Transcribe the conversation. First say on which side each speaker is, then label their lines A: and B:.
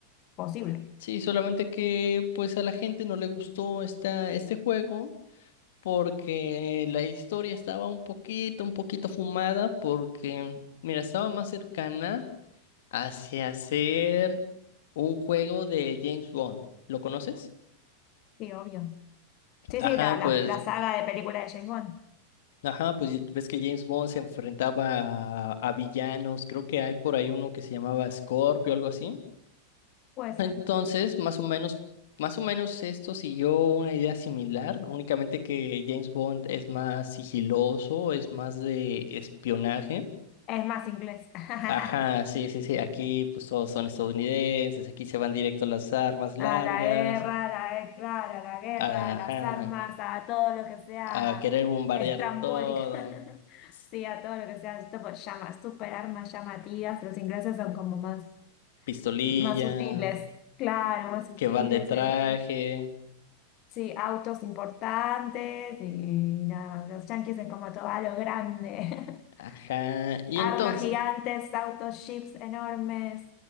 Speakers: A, on the left; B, on the left.
A: posible,
B: sí, solamente que pues a la gente no le gustó esta, este juego porque la historia estaba un poquito, un poquito fumada porque, mira, estaba más cercana hacia ser un juego de James Bond. ¿Lo conoces?
A: sí, obvio. Sí,
B: Ajá,
A: sí, la, la,
B: pues
A: la saga de películas de James Bond,
B: Ajá, pues ves que James Bond se enfrentaba a, a villanos, creo que hay por ahí uno que se llamaba Scorpio, algo así.
A: puede ser.
B: Entonces, más o menos, más o menos esto siguió una idea similar, únicamente que James Bond es más sigiloso, es más de espionaje.
A: Es más inglés.
B: Ajá,
A: <laughs>
B: sí, sí, sí, aquí pues todos son estadounidenses, aquí se van directo a las armas largas,
A: A la guerra, a la guerra, claro, a la guerra,
B: ajá,
A: a las armas, a todo lo que sea
B: a querer bombardear
A: estrambólica.
B: todo,
A: <laughs>
B: s-
A: Sí, a todo lo que sea, tipo, llamas, super armas llamativas. Los ingleses son como más.
B: pistolilla.
A: Más sutiles, claro, más sutiles.
B: que van de traje,
A: es- es- sí, autos importantes y nada más. Los yanquis es como todo a lo grande. <laughs>
B: ajá. Y entonces,
A: Armas gigantes, autos, ships enormes,